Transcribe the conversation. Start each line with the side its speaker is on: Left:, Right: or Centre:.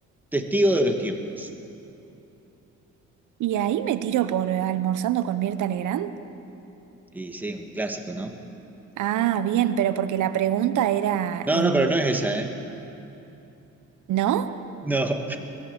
Centre: Testigo de los tiempos?
Right: ¿Y ahí me tiro por almorzando con Mirta Legrand?
Centre: Y sí, un clásico, ¿no?
Right: Ah, bien, pero porque la pregunta era
Centre: No,
Right: el...
Centre: no, pero no es esa, ¿eh?
Right: ¿No?
Centre: No,